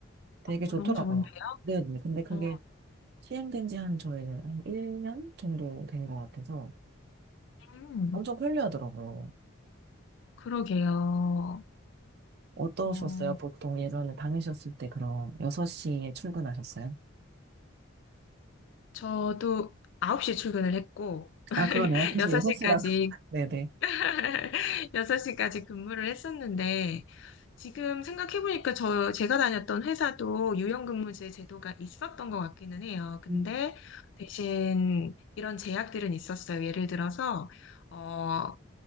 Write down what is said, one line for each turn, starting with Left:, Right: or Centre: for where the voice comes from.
Right: 되게
Left: 어,
Right: 좋더라고요.
Left: 너무 좋은데요?
Right: 네, 네. 근데 그게
Left: 어,
Right: 시행된 지 한 저희는 한 1년 정도 된 것 같아서
Left: 음,
Right: 엄청 편리하더라고요.
Left: 그러게요.
Right: 어떠셨어요?
Left: 어,
Right: 보통 예전에 다니셨을 때 그럼 6시에 출근하셨어요?
Left: 저도 9시 출근을 했고, <laughs>
Right: 아, 그러네요. 그래서
Left: 6시까지
Right: 6시라고. <laughs> 네네.
Left: <laughs> 6시까지 근무를 했었는데, 지금 생각해보니까 저, 제가 다녔던 회사도 유연근무제 제도가 있었던 것 같기는 해요. 근데
Right: 음,
Left: 대신 이런 제약들은 있었어요. 예를 들어서, 어,